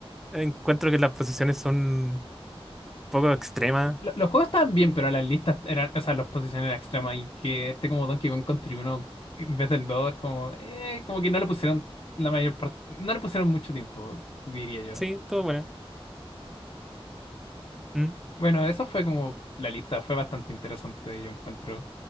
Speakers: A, in the centre; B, on the left.
A: Encuentro que las posiciones son un poco extremas.
B: Lo- Los juegos estaban bien, pero las listas eran, o sea, los posiciones eran extremas y que este como Donkey Kong Country 1 en vez del 2 es como, eh, como que no le pusieron la mayor parte, no le pusieron mucho tiempo, diría yo.
A: Sí, estuvo buena. Mm.
B: Bueno, eso fue como la lista, fue bastante interesante, yo encuentro.